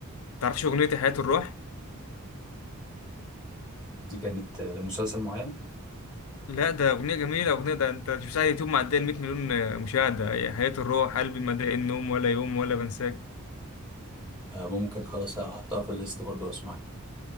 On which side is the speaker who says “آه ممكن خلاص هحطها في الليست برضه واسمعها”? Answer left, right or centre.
Centre